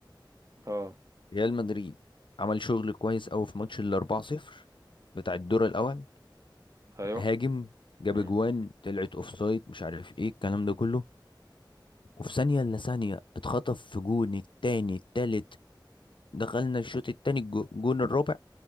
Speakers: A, on the right; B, on the left.
A: اه
B: ريال مدريد عمل شغل كويس قوي في ماتش ال 4-0 بتاع الدور الاول
A: ايوه
B: هاجم جاب
A: مم.
B: اجوان طلعت اوفسايد مش عارف ايه الكلام ده كله وفي ثانية الا ثانية اتخطف في جون التاني التالت دخلنا الشوط التاني الجو- الجون الرابع